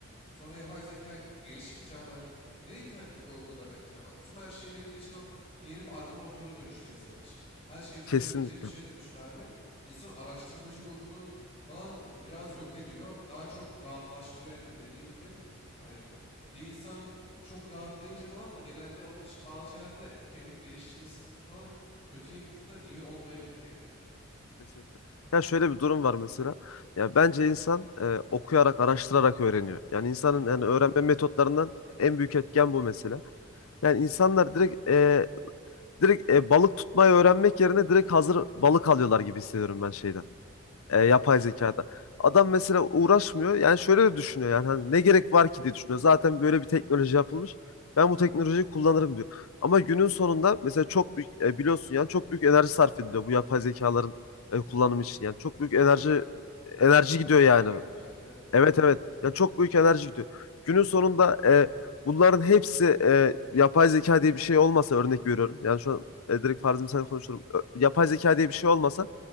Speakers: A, on the left (about 30°); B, on the left (about 80°).
A: Sonra yapay zeka geliştikçe abi ben ne internette Google'da araştıracağım abi. Tüm her şey benim için o yeni bir arama motoruna dönüştü yazılım için. Her şeyi çözebileceğim
B: Kesinlikle.
A: bir şeye dönüştü abi. İnsan araştırmacı ruhunu falan biraz yok ediyor. Daha çok rahatlaştırıyor aynen dediğin gibi. Yani bir insan çok rahatlayınca falan da genelde onun için bazı şeylerde de kendini geliştirmesi falan kötüye gittiğinden iyi olmayabilir ya.
B: Kesinlikle. Ya şöyle bir durum var mesela. Ya bence insan e, okuyarak, araştırarak öğreniyor. Yani insanın
A: Aynen.
B: yani öğrenme metotlarından en büyük etken bu mesela. Yani insanlar direkt e, direkt e, balık tutmayı öğrenmek yerine direkt hazır balık alıyorlar gibi hissediyorum ben şeyden.
A: Tabii.
B: e, yapay zekada. Adam mesela uğraşmıyor. Yani şöyle de düşünüyor yani hani ne gerek var ki diye düşünüyor. Zaten böyle bir teknoloji yapılmış. Ben bu teknolojiyi kullanırım diyor. Ama günün sonunda mesela çok büyük e, biliyorsun yani çok büyük enerji sarf ediliyor bu yapay zekaların e, kullanımı için. Yani çok büyük
A: Tabii
B: enerji
A: tabii. Grafik
B: enerji
A: kartlar
B: gidiyor
A: abi.
B: yani.
A: Evet evet tabii.
B: Evet evet. Yani çok büyük enerji gidiyor. Günün sonunda e, bunların hepsi e, yapay zeka diye bir şey olmasa örnek veriyorum. Yani şu an e, direkt farzı misal konuşuyorum. Ö- Yapay zeka diye bir şey olmasa